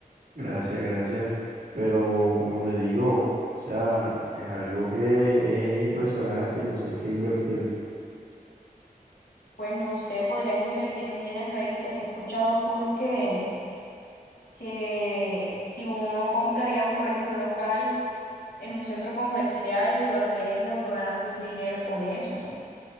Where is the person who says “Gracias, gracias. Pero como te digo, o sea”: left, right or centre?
Right